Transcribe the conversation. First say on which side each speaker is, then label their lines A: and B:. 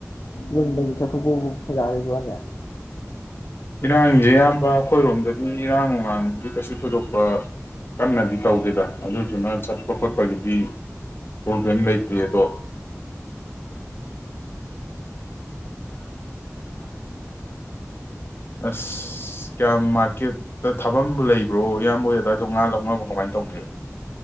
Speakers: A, on the left; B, on the left.
A: ꯌꯨꯝꯗꯒꯤ ꯆꯠꯊꯣꯛꯄꯐꯧ ꯌꯥꯔꯤꯕ꯭ꯔꯣꯅꯦ
B: ꯏꯔꯥꯡꯖꯦ ꯏꯌꯥꯝꯕ ꯑꯩꯈꯣꯏꯔꯣꯝꯗꯗꯤ ꯏꯔꯥꯡ ꯅꯨꯡꯂꯥꯡꯖꯤꯗ ꯀꯩꯁꯨ ꯊꯣꯏꯗꯣꯛꯄ ꯀꯟꯅꯗꯤ ꯇꯧꯗꯦꯗ ꯑꯗꯨꯗꯨꯅ ꯆꯠꯄ ꯈꯣꯠꯄꯒꯤꯗꯤ ꯄꯔꯣꯕꯂꯦꯝ ꯂꯩꯇꯦꯗ ꯑꯁ ꯑꯁ ꯀꯌꯥꯝ ꯃꯥꯔꯀꯦꯠꯇ ꯊꯥꯐꯝꯕꯨ ꯂꯩꯕ꯭ꯔꯣ ꯏꯌꯥꯝꯕ ꯑꯗꯥꯏꯗꯣ ꯉꯥ ꯂꯧꯅꯕ ꯀꯃꯥꯏꯅ ꯇꯧꯒꯦ